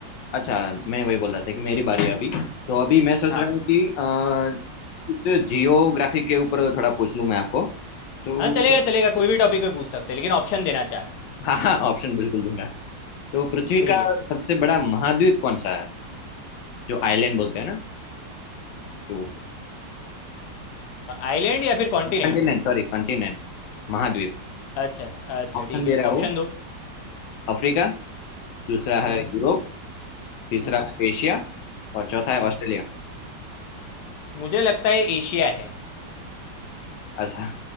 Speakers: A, on the left; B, on the left.
A: अच्छा मैं वही बोल रहा था कि मेरी बारी है अभी तो अभी मैं सोच
B: हाँ
A: रहा हूँ कि अ, कुछ जियोग्राफी के ऊपर थोड़ा पूछ लूँ मैं आपको तो
B: हाँ चलेगा चलेगा कोई भी टॉपिक पे पूछ सकते हैं लेकिन ऑप्शन देना चार
A: हाँ हाँ ऑप्शन बिल्कुल दूंगा तो पृथ्वी
B: ठीक
A: का
B: है
A: सबसे बड़ा महाद्वीप कौन सा है जो आइलैंड बोलते हैं ना तो
B: आइलैंड या फिर कॉन्टिनेंट
A: कंटिनेंट सॉरी कंटिनेंट महाद्वीप
B: अच्छा अच्छा
A: ऑप्शन
B: ठीक
A: दे
B: है
A: रहा हूँ
B: ऑप्शन दो
A: अफ्रीका दूसरा है
B: हम्म
A: यूरोप तीसरा
B: हम्म
A: है एशिया और चौथा है
B: हम्म
A: ऑस्ट्रेलिया
B: मुझे लगता है एशिया है
A: अच्छा